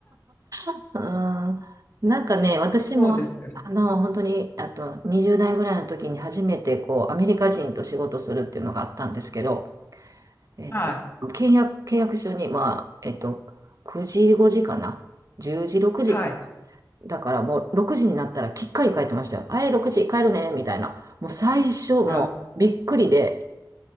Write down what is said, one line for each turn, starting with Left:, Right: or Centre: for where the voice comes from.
Right: うんなんかね、私も、
Left: そうですよ。
Right: あの、本当に、あと20代ぐらいの時に初めてこう、アメリカ人と仕事するっていうのがあったんですけど、えっと、
Left: <laughs> はい。
Right: 契約、契約書に、まあ、えっと、9時5時かな、10時6時か
Left: はい。
Right: だからもう6時になったらきっかり帰ってましたよ。あい、6時帰るね、みたいな。もう最初、もうびっくりで、
Left: いや